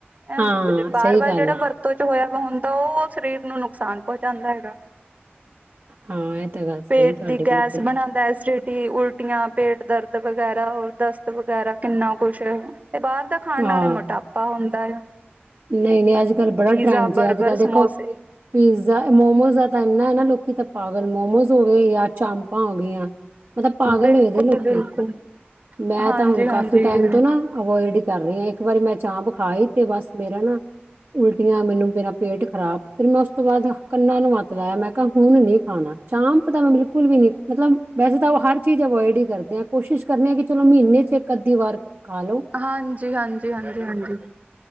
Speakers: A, on the right; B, on the right.
A: ਐਂ
B: ਹਾਂ
A: ਵਾਰ-
B: ਸਹੀ
A: ਵਾਰ
B: ਗੱਲ
A: ਜਿਹੜਾ
B: ਹੈ
A: ਵਰਤੋਂ 'ਚ ਹੋਇਆ ਵਾ ਹੁੰਦਾ, ਉਹ ਸਰੀਰ ਨੂੰ ਨੁਕਸਾਨ ਪਹੁੰਚਾਉਂਦਾ ਹੈਗਾ।
B: ਹਾਂ ਇਹ ਤਾਂ ਗੱਲ ਸਹੀ
A: ਪੇਟ
B: ਤੁਹਾਡੀ
A: ਦੀ
B: ਬਿਲਕੁਲ
A: ਗੈਸ ਬਣਾ ਐਸੀਡਿਟੀ, ਉਲਟੀਆਂ, ਪੇਟ ਦਰਦ ਵਗੈਰਾ ਹੋਰ ਦਸਤ ਵਗੈਰਾ ਕਿੰਨਾ ਕੁਛ, ਤੇ ਬਾਹਰ ਦਾ ਖਾਣ
B: ਹਾਂ
A: ਆਲੇ ਮੋਟਾਪਾ ਹੁੰਦਾ ਐ,
B: ਨਹੀਂ ਨਹੀਂ ਅੱਜ ਕੱਲ੍ਹ
A: ਪੀਜ਼ਾ,
B: ਬੜਾ ਟ੍ਰੈਂਡ ਜੇ
A: ਬਰਗਰ,
B: ਅੱਜ ਕੱਲ੍ਹ ਦੇਖੋ
A: ਸਮੋਸੇ
B: ਪੀਜ਼ਾ, ਮੋਮੋਜ਼ ਦਾ ਤਾਂ ਐਨਾ ਹੈ ਨਾ ਲੋਕੀ ਤਾਂ ਪਾਗਲ ਮੋਮੋਜ਼ ਹੋ ਗਏ ਜਾਂ ਚਾਮਪਾਂ ਹੋ ਗਈਆਂ। ਮਤਲਬ ਪਾਗਲ
A: ਬਿਲਕੁਲ
B: ਹੋਵੇ ਲੋਕੀ
A: ਬਿਲਕੁਲ
B: ਮੈਂ
A: ਹਾਂਜੀ
B: ਤਾਂ ਹੁਣ ਕਾਫੀ
A: ਹਾਂਜੀ
B: ਟਾਈਮ
A: ਹਮ
B: ਤੋਂ ਨਾ, ਅਵੋਇਡ ਹੀ ਕਰ ਫੇਰ ਇੱਕ ਵਾਰੀ ਮੈਂ ਚਾਪ ਖਾਈ, ਤੇ ਬਸ ਮੇਰਾ ਨਾ ਉਲ ਉਲਟੀਆਂ, ਮੈਨੂੰ ਮੇਰਾ ਪੇਟ ਖਰਾਬ, ਫੇਰ ਮੈਂ ਉਸ ਤੋਂ ਬਾਅਦ ਕੰਨਾਂ ਨੂੰ ਹੱਥ ਲਾਇਆ ਮੈਂ ਕਿਹਾ ਹੁਣ ਨੀ ਖਾਣਾ, ਚਾਂਪ ਤਾਂ ਮੈਂ ਬਿਲਕੁਲ ਵੀ ਨੀ ਮਤਲਬ ਵੈਸੇ ਤਾਂ ਹਰ ਚੀਜ਼ ਅਵੋਇਡ ਹੀ ਕਰਦੇ ਆ, ਕੋਸ਼ਿਸ਼ ਕਰਨੇ ਆ ਕਿ ਚਲੋ ਮਹੀਨੇ 'ਚ ਇੱਕ ਅੱਧੀ ਵਾਰ ਖਾਲੋ
A: ਹਾਂਜੀ-ਹਾਂਜੀ-ਹਾਂਜੀ-ਹਾਂਜੀ,